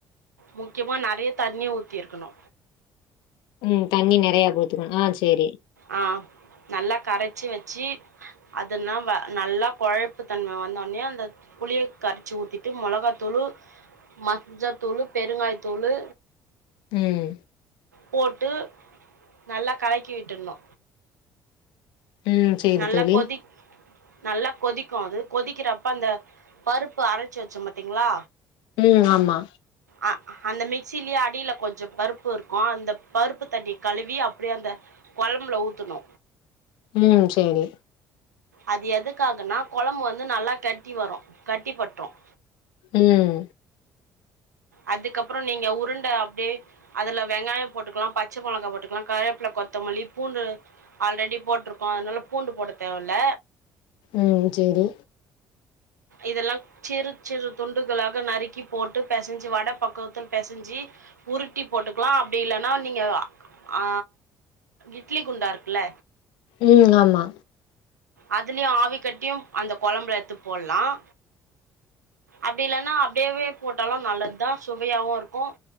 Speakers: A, on the right; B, on the left.
A: முக்கியமா நெறைய தண்ணிய ஊத்தி இருக்கணு
B: உம் தண்ணி நெறைய போத்துக்கணு ஆஹ் சரி
A: ஆஹ் நல்லா கரைச்சு வச்சி அதன்னா நல்லா குழைப்பு தன்ம வந்தென்னே அந்த புளிய கரைச்சு ஊத்திட்டு மெளகாத்தூளு மஞ்சத்தூளு பெருங்காய தூளு
B: உஹம்
A: போட்டு நல்லா கலக்கி வச் ப்ள்ள
B: உம் சேரி
A: நல்லா
B: தோழி
A: கொதி நல்லா கொதிக்கோ அது கொதிக்கிறப்ப அந்த பருப்பு அரச்சு வச்சோ பாத்திங்ளா
B: ம் ஆமா
A: அ அந்த மிக்சிலியே அடில கொஞ்சோ பருப்புருக்கோ அந்த பருப்பு தண்ணி கழுவி அப்டியே அந்த கொலம்புல ஊத்தணூ
B: ம் சேரி
A: அது எதுக்காகன்னா கொலம்பு வந்து நல்லா கட்டி வரும் கட்டி பட்ரும்
B: ஊம்
A: அதுக்கப்புறோ நீங்க உருண்ட அப்டியே அதுல வெங்காய போட்டுக்லாம் பச்ச மொளகா போட்டுக்லாம் கறேப்ல கொத்தமல்லி பூண்டு ஆல்ரெடி போட்ருக்கோ அதனால பூண்டு போட தேவல்ல
B: உம் சேரி
A: இதெல்லாம்ச் சிறு சிறு துண்டுகளாக நறுக்கி போட்டு பேசஞ் ஜி வட பக்குவத்துல் பேசஞ்ஜி உருட்டி போட்டுக்லாம் அப்டி இல்லன்னா நீங்க ஆ இட்லி குண்டாருக்குல்ல
B: ஊம் ஆமா
A: அதுலயு ஆவி கட்டியும் அந்த கொலம்புல எத்து போட்லாம் அப்டி இல்லன்னா அப்டேவே போட்டாலு நல்லத் தா சுவயாவும் ருக்கும்